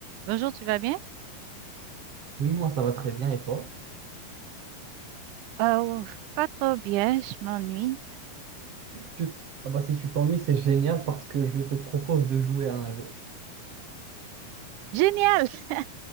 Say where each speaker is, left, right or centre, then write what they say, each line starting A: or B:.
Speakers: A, on the right; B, on the right.
A: Bonjour, tu vas bien?
B: Oui, moi ça va très bien et toi?
A: Oh, pas trop bien, je m'ennuie.
B: Tu- Ah bah, si tu t'ennuies, c'est génial parce que je te propose de jouer à un jeu.
A: Génial! <laughs>